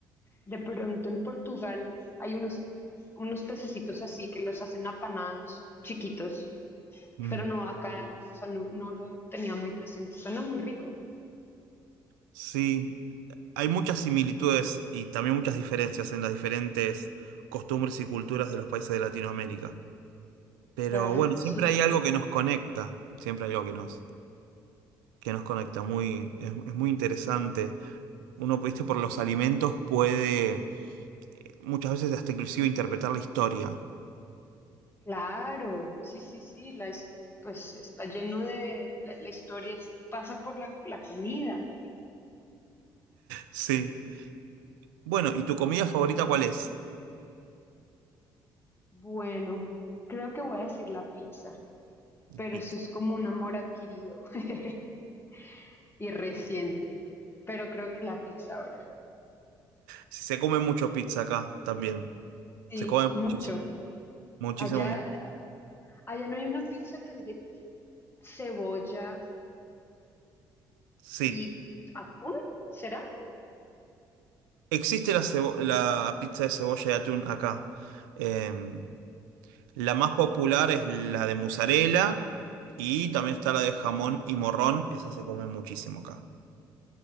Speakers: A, on the left (about 20°); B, on the right (about 80°).
A: De pronto en Portugal hay unos, unos pececitos así que los hacen apanados, chiquitos,
B: Mm.
A: pero no acá, o sea, no, no lo tenía muy presente. Suena muy rico.
B: Sí, hay muchas similitudes y también muchas diferencias en las diferentes costumbres y culturas de los países de Latinoamérica. Pero
A: Claro,
B: bueno, siempre
A: sí.
B: hay algo que nos conecta, siempre hay algo que nos, que nos conecta, muy, es, es muy interesante. Uno, viste, por los alimentos puede eh, muchas veces hasta inclusive interpretar la historia.
A: Claro, sí, sí, sí. La, his- pues está lleno de, la, la historia es- pasa por la, la comida.
B: Sí. Bueno, ¿y tu comida favorita cuál es?
A: Bueno, creo que voy a decir la pizza,
B: La
A: pero
B: pizza.
A: eso es como un amor adquirido <laughs> y reciente. Pero creo que la pizza ahora.
B: Se come mucho pizza acá también.
A: Sí,
B: Se come muchísimo.
A: mucho.
B: Muchísimo.
A: Allá,
B: mu-
A: Allá no hay una pizza que es de cebolla
B: Sí,
A: y atún, ¿será?
B: existe la, cebo- la pizza de cebolla y atún acá. Em, la más popular es la de mozzarella y también está la de jamón y morrón. Esa se come muchísimo acá.